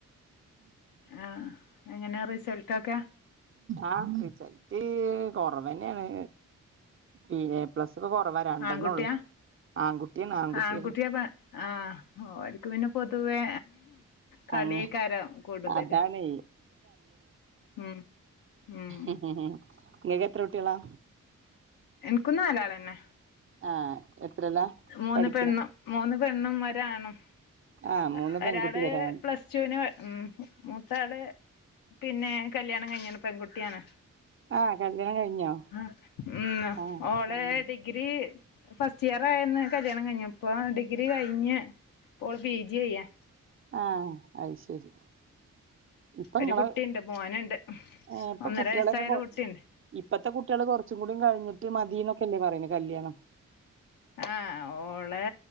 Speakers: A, on the left; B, on the right.
A: ആഹ് എങ്ങനെ റിസൽട്ടൊക്കെ
B: ആഹ് റിസൽട്ട് കൊറവന്നേണ് ബി എ പ്ലസ് ഒക്കെ കൊറവാ രണ്ടെണ്ണൊള്ളു
A: ആൺകുട്ടിയാ
B: ആങ്കുട്ടിയാണ് ആങ്കുട്ടിയാണ്
A: ആൺകുട്ടിയാ പെ ആഹ് ഓര്ക്ക് പിന്നെ പൊതുവേ കളിയേക്കാരം
B: അങ്ങ്
A: കൂടുതല്
B: അതാണേ
A: ഉം ഉം
B: ഇങ്ങക്ക് എത്ര കുട്ട്യാളാ
A: എനിക്കും നാലാളെന്നെ
B: ആഹ് എത്രയിലാ
A: മൂന്ന്
B: പഠിക്കണെ
A: പെണ്ണും മൂന്ന് പെണ്ണും ഒരാണും
B: ആഹ്
A: അഹ്
B: മൂന്ന് പെൺകുട്ടി
A: ഒരാള്
B: ഒരാണ്
A: പ്ലസ് റ്റുന് ഉം മൂത്താള് പിന്നെ കല്യാണം കഴിഞ്ഞ്ണ് പെങ്കുട്ടിയാണ്
B: ആഹ് കല്യാണം കഴിഞ്ഞോ
A: ആഹ് ഉം
B: ആഹ്
A: ഓളെ
B: ആഹ്
A: ഡിഗ്രി ഫസ്റ്റിയറായന്ന് കല്യാണം കഴിഞ്ഞ് ഇപ്പ ഡിഗ്രി കഴിഞ്ഞ് ഇപ്പൊ ഓള് പി ജി ചെയ്യാ
B: ആഹ് അയ്ശരി ഇപ്പങ്ങള്
A: ഒരു കുട്ടിയുണ്ട് മോനുണ്ട്
B: ഏഹ് ഇപ്പൊ
A: ഒന്നര
B: കുട്ട്യാളെക്കെ
A: വയസ്സായൊരു
B: കൊ
A: കുട്ടിയുണ്ട്
B: ഇപ്പത്തെ കുട്ട്യാള് കുറച്ചും കൂടി കഴിഞ്ഞിട്ട് മതിന്നൊക്കെല്ലേ പറയ്ണ് കല്യാണം
A: ആഹ് ഓളെ